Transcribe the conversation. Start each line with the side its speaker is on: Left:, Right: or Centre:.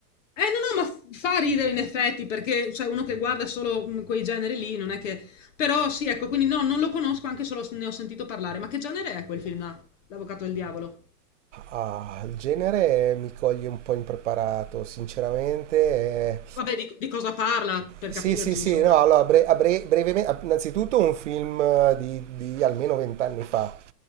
Left: Eh no, no, ma f- fa ridere in effetti, perché cioè, uno che guarda solo mm, quei generi lì non è che... Però sì, ecco, quindi no, non lo conosco, anche solo s- ne ho sentito parlare. Ma che genere è quel film là? L'Avvocato del Diavolo?
Right: Ah, il genere mi coglie un po' impreparato, sinceramente. eh.
Left: Vabbè, di, di cosa parla, per
Right: Sì,
Left: capirci,
Right: sì, sì,
Left: insomma.
Right: no, allora, bre- a bre- brevemente, ah, innanzitutto un film eh, di, di almeno vent'anni fa.